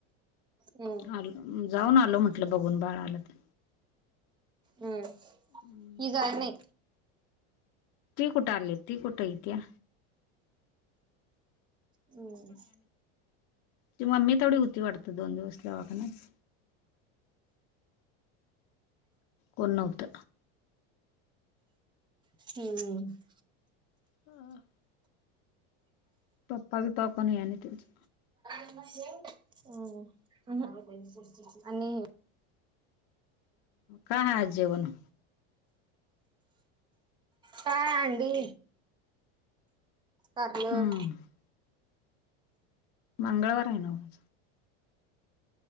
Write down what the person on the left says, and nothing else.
आल जाऊन आलो म्हंटलं बघून बाळा आला तर
हम्म.
ते कुठं आले ते कुठं इथ्या
ती मम्मी तेवढ होती वाटत दोन दिवस दवाखान्यात. कोण नव्हत.
ह. पप्पा विपा कोण यायला नाही त्यांच
काहा जेवन
हम्म मंगळवार आहे ना, वो